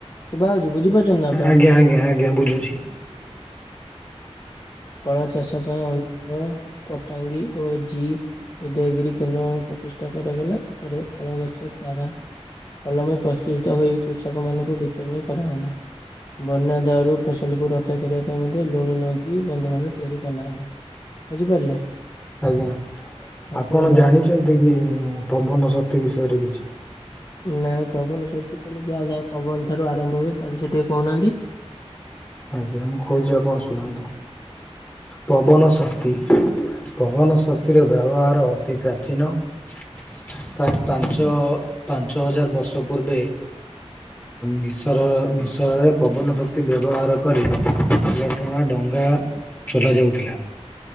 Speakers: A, on the left; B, on the left.
A: ସୁବା ବୁଝିପାରୁଛନ୍ତି ନା ଆପଣ
B: ଆଜ୍ଞା ଆଜ୍ଞା ଆଜ୍ଞା ବୁଝୁଛି
A: ଫଳ ଚାଷ ପାଇଁ ଅନୁଗ ପଟାଙ୍ଗୀ ଓ ଜି ଉଦୟଗିରି କେନ୍ଦ୍ରମାନେ ପ୍ରତି ଚଷ୍ଟା କରାଗଲା ଏଠାରେ ଫଳ ଗଛ ଚାରା ଅଲମୀ ପ୍ରସ୍ତୁଷିତ ହୋଇ କୃଷକମାନାନଙ୍କୁ ବିତରଣୀ କରାଗଲା। ବନ୍ୟା ଦାଉରୁ ଫସଲକୁ ରକ୍ଷା କରିବା ପାଇଁ ମଧ୍ୟ ଲୁଣି ନ ଦେଇ ବନ୍ଧମାନ ତିଆରି କଲାଗଲା। ବୁଝିପାରିଲେ।
B: ଆଜ୍ଞା
A: ଆଉ
B: ଆପଣ
A: କୁହନ୍ତୁ
B: ଜାଣିଛନ୍ତି କି? ପବନ ଶକ୍ତି ବିଷୟରେ କିଛି?
A: ନାଇଁ ପବନ ଶକ୍ତି କହିଲେ ଜୁଆ ଜାହା ଯହା ପବନ ଠାରୁ ଆରମ୍ଭ ହୁଏ ତା ବିଷୟରେ ଟିକିେ କହୁନାହାନ୍ତି।
B: ଆଜ୍ଞା ମୁଁ କହୁଛି ଆପଣ ଶୁଣନ୍ତୁ। ପବନ ଶକ୍ତି ପବନ ଶକ୍ତିର ବ୍ୟବହାର ଅତି ପ୍ରାଚୀନ <inaudible> ପ୍ରାୟ ପାଞ୍ଚ ଅ ପାଞ୍ଚ ଛଅ ହଜାର ବର୍ଷ ପୂର୍ବେ ମିଶର ମିଶରରେ ପବନ ଶକ୍ତି ବ୍ୟବହାର କରି ପାଲଟଣା ଡଙ୍ଗା ଚଲ ଯାଉଥିଲା।